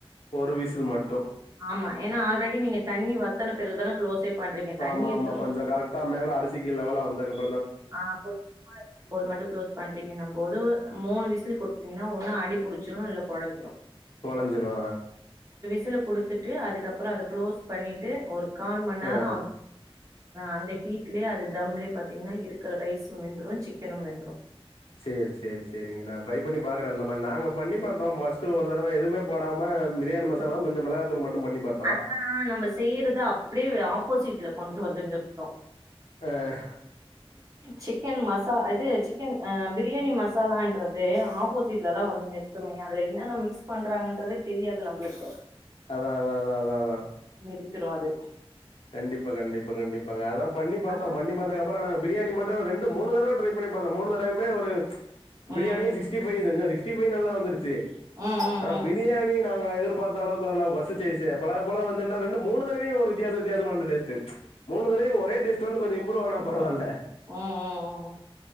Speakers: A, on the left; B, on the right.
A: ஒரு விசில் மட்டு
B: ஆமா ஏன்னா ஆல்ரெடி நீங்க தண்ணி வத்தன பிறகுதான க்ளோஸே பண்றீங்க தண்ணி
A: ஆமா
B: இருக்கும்
A: ஆமா கொஞ்ச
B: போ
A: கரெட்டா மேல அரிசிக்கு லெவெல்லா வந்தக்கு அப்
B: ஆ <inaudible> மட்டு குளோஸ் பண்றீங்கங்கும் போது மூணு விசில் கொடுத்திங்னா ஒண்ணு அடிப் புடிச்சிரு இல்ல கொழஞ்சிரு
A: கொழஞ்சிரு
B: விசுல கொடுத்துட்டு அதுக்கப்புற அத க்ளோஸ் பண்ணிட்டு ஒரு கால் மண்நேர
A: ஆ
B: அந்த ஹீட்லயே அது தம்லே பாத்தீங்கனா இருக்கிற ரைஸும் வெந்துரு சிக்கனு வெந்துரு
A: சேரி சேரி சேரிங்க நா ட்ரை பண்ணி பாக்குறே அந்த மாரி நாங்க பண்ணி பாத்தோ பஸ்ட்டு ஒரு தடவை எதுமே போடாம பிரியாணி மசாலாவு கொஞ்ச மெளகாத்தூள் மட்டு பண்ணி பாத்தோ
B: அதெல்லா நம்ம செய்யறத அப்டியே ஆப்போசிட்ல கொண்டு வந்து நிறுத்து
A: ஆஹ்
B: சிக்கன் மசா இது சிக்கன் அ பிரியாணி மசாலான்றதே ஆப் ஆப்போசிட்லதா வந்து நிற்த்துமே அதுல என்னென்ன மிக்ஸ் பண்றாங்கன்றதே தெரியாது நம்ளுக்கு
A: அதா அதா அதா அதா அதா
B: வித்று அது
A: கண்டிப்பா கண்டிப்பா கண்டிப்பாங்க அதா பண்ணி பாத்தோ
B: ஆனா
A: பண்ணி பாத்தக்கப்புற நாங்க பிரியாணி மட்டு ரெண்டு மூணு தடவை ட்ரை பண்ணி பாத்தோ மூனு தடவுமே ஒரு பிரியாணியு
B: ம்
A: சிக்ஸ்டிஃவையு செஞ்சோ சிக்ஸ்டிஃவை நல்லா வந்துருச்சு
B: ம் ம்
A: ஆனா
B: ம்
A: பிரியாணி நாங்க எதிர்பாத்த அளவுக்கு வர்ல பசுச்சுருச்சு பழக பழக வந்துர்ந்தா ரெண்டு மூனு தடவையு ஒரு வித்தியாச மான டேஸ்ட் மூனு தடவயு ஒரே டேஸ்ட் வந்து கொஞ்ச இம்ப்ரூ ஆனா பரவால்ல
B: ம்‌‌ ம் ம்